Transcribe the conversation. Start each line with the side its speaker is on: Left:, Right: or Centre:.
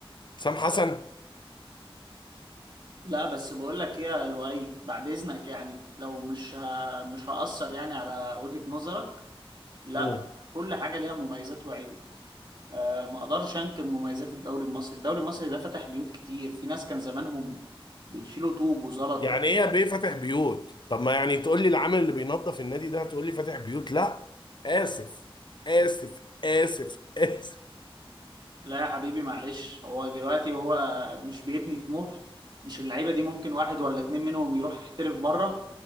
Left: حسام حسن
Right: لا بس بقول لك ايه يا لؤي بعد اذنك يعني لو مش ه... مش هأثر يعني على وجهة نظرك لا
Left: مم.
Right: كل حاجة ليها مميزات وعيوب أه ما اقدرش انكر مميزات الدوري المصري الدوري المصري ده فتح بيوت كتير في ناس كان زمانهم بيشيلوا طوب وزلط
Left: يعني ايه يا بيه فاتح بيوت طب ما يعني تقول لي العامل اللي بينظف النادي ده تقول لي فاتح بيوت لا اسف اسف اسف اسف
Right: لا يا حبيبي معلش هو دلوقتي هو مش بيبني طموح مش اللعيبة دي ممكن واحد ولا اتنين منهم يروح يحترف بره